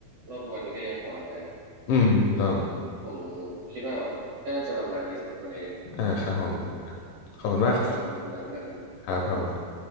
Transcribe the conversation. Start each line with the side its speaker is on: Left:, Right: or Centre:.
Right: โลกทุกวันนี้ก็ยังโหดร้ายนะอืม
Left: อืมถูกต้อง
Right: ผมคิดว่าแบบก็น่าจะประมาณนี้นะวันนี้
Left: อ่าครับผม
Right: อืม
Left: ขอบคุณมากครับ
Right: ก็ขอบคุณคุณน้ามากครับครับผม
Left: ครับ